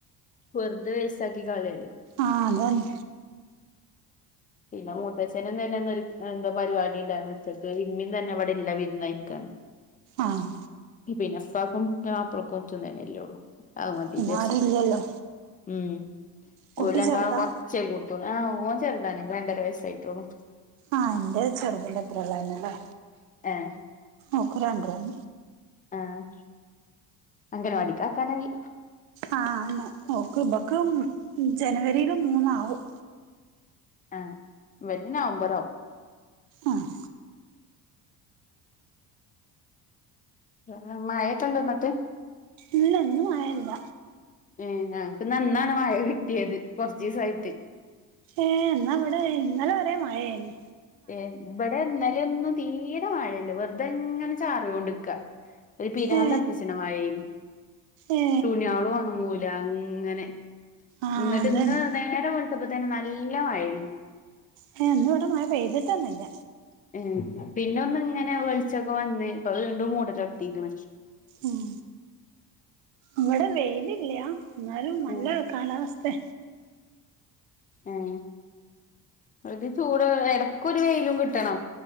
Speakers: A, on the left; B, on the right.
A: വെർതെ വേസ്റ്റാക്കി കളയല്ല്
B: ആഹ് അതന്നെ
A: പിന്നെ മൂത്തച്ഛനും ഇന്നെന്നോരു എന്തോ പരിപാടി ഇണ്ടാരുന്നു ഉച്ചക്കോരു വിമ്മിൻ തന്നെ ഇവിടില്ല വിര്ന്ന് കഴിക്കാണ്
B: ആഹ്
A: പിന്നെ ഉപ്പാക്കും ആ അപ്ര കൊച്ചും തന്നെയല്ലേ ഉള്ളു അത് മതി
B: പിന്നെ
A: വിചാരിച്ച്
B: ആരും
A: ക്കണു
B: ഇല്ലല്ലോ
A: ഉം
B: കുട്ടി
A: ഓൽ രണ്ടാളും
B: ചെറുതാ
A: കൊർച്ചെ കൂട്ടിയോള് ആ ഓൻ ചെർ തനെങ്കി രണ്ടര വയസ്സെ ആയിട്ടൊള്ളു
B: ആഹ് എന്റെ ചെറുതിന്റെ അത്രേം ഉള്ളന്നല്ലേ
A: ഏഹ്
B: ഓക്ക് രണ്ട് റും
A: ആഹ് അംഗനവാടിക്ക് ആക്കാനായി
B: ആഹ് അന്നെ ഓക്ക് ഇബക്കും ജനുവരീല് മൂന്നാവും
A: ആഹ് ഇവന് നവമ്പറാവും
B: ആഹ്
A: അ അഹ് മയേക്കെ ഉണ്ടോ എന്നിട്ട്
B: ഇല്ല ഇന്ന് മഴയില്ല
A: ഏ ഉം ഞങ്ങ്ക്ക് നന്നാണ് മഴ കിട്ടിയത് കൊറച്ച് ദിവസായിട്ട്
B: ഏ എന്നാ ഇവിടെ ഇന്നലെ വരേം മഴ ആയിന്
A: ഏ ഇവ്ടെ ഇന്നലെയൊന്നും തീര മഴയില്ല വെറുതെ ഇങ്ങനെ ചാറി കൊണ്ട് നിക്ക ഒര് പിരാന്ത്
B: ഏ
A: അടിപ്പിച്ച്ണ മായി
B: ഏ
A: തുണിയാളും ഒണങ്ങൂല ഇങ്ങനെ
B: ആ
A: എന്നിട്ട്
B: അതന്നെ
A: ഇന്ന് നേരം വെള്ത്തപ്പം തന്നെ നല്ല മഴയും
B: ഹേ ഇന്ന് ഇവിടെ മഴ പെയ്തിട്ടന്നില്ല
A: ഉം പിന്നെ ഒന്ന് ഇങ്ങനെ വെളിച്ചൊക്കെ വന്ന് ഇപ്പം വീണ്ടും മൂട് ചൊര്ത്തീക്ക്ണ്
B: ഉം ഇവിടെ വെയിലില്ല്യാ എന്നാലും നല്ല
A: ഏഹ്
B: കാലാവസ്ഥ
A: ആഹ് ഒരു ചൂട് എടക്കൊരു വെയിലും കിട്ടണം